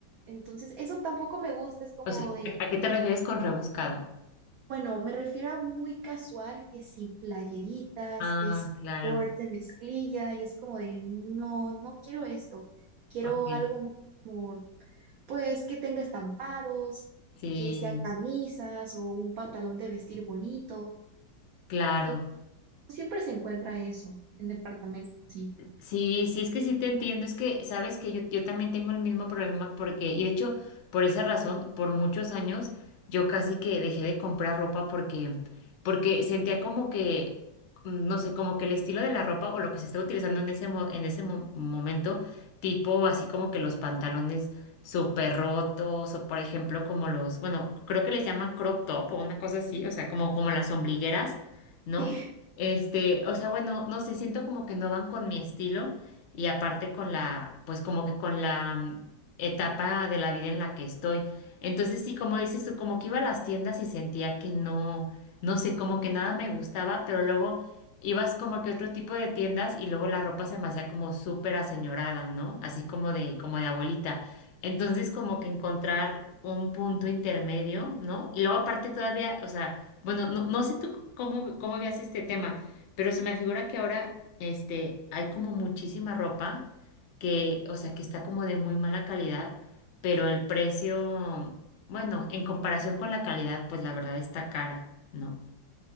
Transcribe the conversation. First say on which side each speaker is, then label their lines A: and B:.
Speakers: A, on the right (about 75°); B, on the left (about 70°).
A: Entonces, eso tampoco me gusta. Es como
B: O sea,
A: de,
B: ¿a a qué te refieres con rebuscada?
A: bueno, me refiero a muy casual, que si playeritas,
B: Ah,
A: que si
B: claro,
A: shorts de mezclilla, y es como de, no, no quiero esto. Quiero
B: ok.
A: algo más como pues que tenga estampados,
B: Sí,
A: que sean camisas o un pantalón de vestir bonito.
B: claro.
A: Y siempre se encuentra eso en departamentos así.
B: Sí, sí, es que sí te entiendo, es que sabes que yo, yo también tengo el mismo problema porque, y de hecho, por esa razón, por muchos años, yo casi que dejé de comprar ropa porque, porque sentía como que, mm, no sé, como que el estilo de la ropa o lo que se estaba utilizando en ese, mo- en ese mo- momento, tipo así como que los pantalones súper rotos o por ejemplo como los, bueno, creo que les llaman crop top o una cosa así, o sea, como, como las ombligueras, ¿no?
A: Sí,
B: Este, o sea, bueno, no sé, siento como que no van con mi estilo y aparte con la, pues como que con la mm, etapa de la vida en la que estoy. Entonces sí, como dices tú, como que iba a las tiendas y sentía que no, no sé, como que nada me gustaba, pero luego ibas como que a otro tipo de tiendas y luego la ropa se me hacía como súper aseñorada, ¿no? Así como de, como de abuelita. Entonces, como que encontrar un punto intermedio, ¿no? Y luego aparte todavía, o sea, bueno, no, no sé tú c- cómo, cómo veas este tema, pero se me figura que ahora, este, hay como muchísima ropa que, o sea, que está como de muy mala calidad, pero el precio, bueno, en comparación con la calidad, pues la verdad está cara, ¿no?